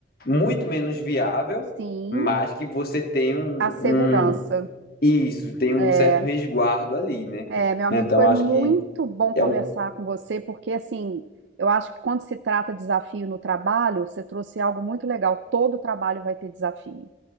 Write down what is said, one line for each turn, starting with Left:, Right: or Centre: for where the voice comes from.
Left: muito menos viável,
Right: Sim,
Left: mas que você tem um,
Right: a segurança.
Left: um isso, tem um
Right: É,
Left: certo resguardo ali, né?
Right: É, meu amigo,
Left: Então
Right: foi
Left: acho
Right: muito
Left: que
Right: bom conversar
Left: é um
Right: com você, porque assim, eu acho que quando se trata de desafio no trabalho, você trouxe algo muito legal. Todo trabalho vai ter desafio,